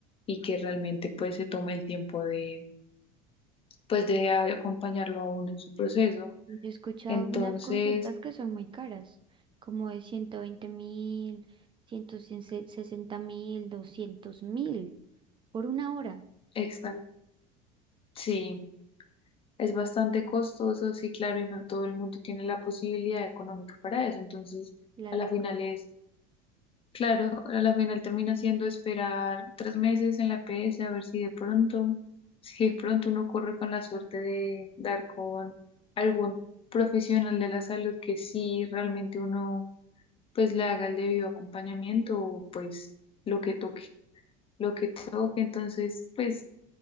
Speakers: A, on the left (about 30°); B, on the right (about 25°).
A: y que realmente pues se tome el tiempo de, pues de acompañarlo a uno en su proceso.
B: Yo he escuchado
A: Entonces,
B: unas consultas que son muy caras, como de ciento veinte mil, ciento sesenta mil, doscientos mil. por una hora
A: exacto, sí. Es bastante costoso, sí, claro, y no todo el mundo tiene la posibilidad económica para eso. Entonces,
B: la
A: a
B: luca.
A: la final es Claro, a la final termina siendo esperar tres meses en la PS a ver si de pronto, si de pronto uno corre con la suerte de dar con algún profesional de la salud que sí realmente uno pues le haga el debido acompañamiento o pues lo que toque, lo que toque, entonces pues